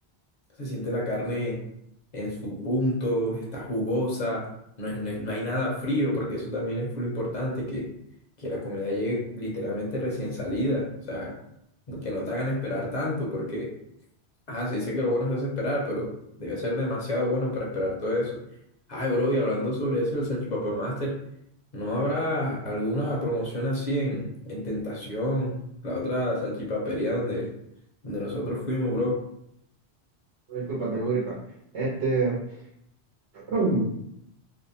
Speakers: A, on the left; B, on the right.
A: Se siente la carne en su punto, está jugosa, no es- no es- no hay nada frío, porque eso también es muy importante, que, que la comida llegue literalmente recién salida. O sea, que no te hagan esperar tanto, porque, ajá, se dice que lo bueno se hace esperar, pero debe ser demasiado bueno para esperar todo eso. Ay, bro, y hablando sobre eso del Salchipapa Master, ¿no habrá alguna promoción así en, en Tentación, la otra salchipapería donde, donde nosotros fuimos, bro?
B: disculpa, tengo gripa. Este, <clears throat>